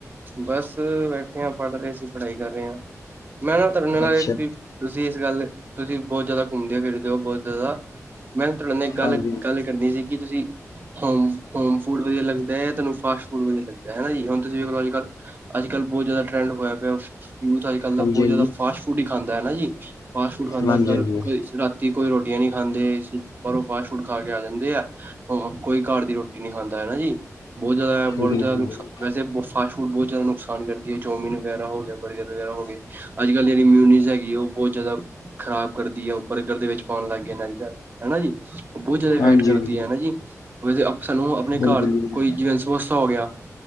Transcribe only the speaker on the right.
ਬਸ ਬੈਠੇ ਆ ਪੜ੍ਹ ਰਹੇ ਸੀ ਪੜਾਈ ਕਰ ਰਹੇ ਹਾਂ ਮੈਂ ਨਾ ਤੁਹਾਡੇ ਨਾਲ
ਤੁਸੀਂ ਇਸ ਗੱਲ ਤੁਸੀਂ ਬਹੁਤ ਜ਼ਿਆਦਾ ਘੁੰਮਦੇ ਹੋ ਫਿਰਦੇ ਹੋ ਬਹੁਤ ਜ਼ਿਆਦਾ ਮੈਂ ਤੁਹਾਡੇ ਨਾਲ ਗੱਲ
ਗੱਲ ਕਰਨੀ ਸੀ ਕਿ ਤੁਸੀਂ ਹੋਮ ਹੋਮ ਫੂਡ ਵਧੀਆ ਲੱਗ ਦਾ ਜਾ ਤੁਹਾਨੂੰ ਫਾਸਟ ਫੂਡ ਵਧੀਆ ਲੱਗਦਾ ਹੈਨਾ ਜੀ ਹੁਣ ਤੁਸੀਂ ਵੇਖ ਲੋ ਅੱਜ ਕੱਲ੍ਹ ਅੱਜ ਕੱਲ੍ਹ ਬਹੁਤ ਜ਼ਿਆਦਾ ਟਰੈਂਡ ਹੋਇਆ ਪਿਆ ਯੂਥ ਅੱਜ ਕੱਲ ਦਾ
ਬਹੁਤ ਜ਼ਿਆਦਾ ਫਾਸਟ ਫੂਡ ਖਾਂਦਾ ਹੈਨਾ ਜੀ ਫਾਸਟ ਫੂਡ ਖਾਂਦਾ
ਅੱਜ ਕੱਲ
ਕੋਈ ਰਾਤੀ ਕੋਈ ਰੋਟੀ ਰੋਟੀਆਂ ਨਹੀਂ ਖਾਂਦੇ ਪਰ ਫਾਸਟ ਫੂਡ ਖਾ ਕੇ ਆ ਜਾਂਦੇ ਆ ਹੇ ਕੋਈ ਘਰ ਦੀ ਰੋਟੀ ਨੀ ਖਾਂਦਾ ਹਨਾ ਜੀ ਬਹੁਤ ਜ਼ਿਆਦਾ ਬਹੁਤ
ਜ਼ਿਆਦਾ ਨੁਕਸਾਨ
ਫਾਸਟ ਫੂਡ ਬਹੁਤ ਜ਼ਿਆਦਾ ਨੁਕਸਾਨ ਕਰਦੀ ਹੈ ਚੌਮਿਨ ਵਗੈਰਾ ਹੋ ਗਿਆ ਬਰਗਰ ਵਗੈਰਾ ਹੋ ਗਏ ਅੱਜ ਕਲ ਜਿਹੜੀ ਮਿਊਨੀਜ਼ ਹੈਗੀ ਉਹ ਬਹੁਤ ਜ਼ਿਆਦਾ ਖ਼ਰਾਬ ਕਰਦੀ ਹੈ ਉਹ ਬਰਗਰ ਦੇ ਵਿੱਚ ਪਾਉਣ ਲੱਗ ਗਏ ਇਹਨਾਂ ਘਰ ਹਨਾ ਜੀ ਬਹੁਤ ਜ਼ਿਆਦਾ ਇਫੈਕਟ
ਕਰਦੀ
ਹੈ ਹਨਾ ਜੀ <inaudible> ਸਾਨੂੰ ਆਪਣੇ
ਘਰ
ਜੀਵੇਂ ਸਮੋਸਾ ਹੋ ਗਿਆ